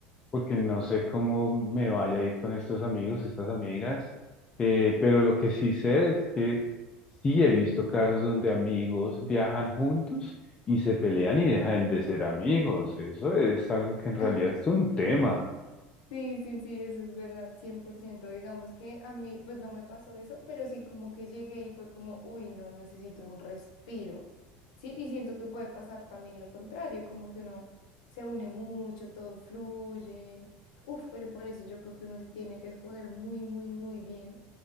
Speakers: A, on the left; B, on the left.
A: porque no sé cómo me vaya a ir con estos amigos, estas amigas, eh, pero lo que sí sé es que sí he visto casos donde amigos viajan juntos y se pelean y dejan de ser amigos. Eso es algo que en realidad
B: <laughs>
A: es un tema.
B: Sí, sí, sí, eso es verdad, 100%. Digamos que a mí, pues no me pasó eso, pero sí como que llegué y fue como, uy, no, necesito un respiro. Sí, y siento que puede pasar también lo contrario, como que uno se une mucho, todo fluye. Uf, pero por eso yo creo que uno sí tiene que escoger muy, muy, muy bien